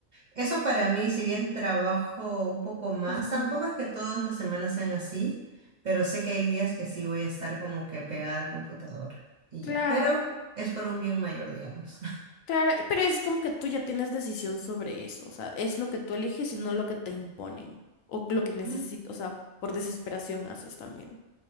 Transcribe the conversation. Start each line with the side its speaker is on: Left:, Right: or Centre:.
Right: eso para mí, si bien trabajo un poco más,
Left: ujú,
Right: tampoco es que todas las semanas sean así, pero sé que hay días que sí voy a estar como que pegada al computador y
Left: Claro,
Right: ya, pero es por un bien mayor, digamos.
Left: claro, y- pero es como que tú ya tienes decisión sobre eso, o sea, es lo que tú eliges y no lo que te imponen, o lo que necesitas,
Right: <laughs>
Left: o sea, por desesperación haces también,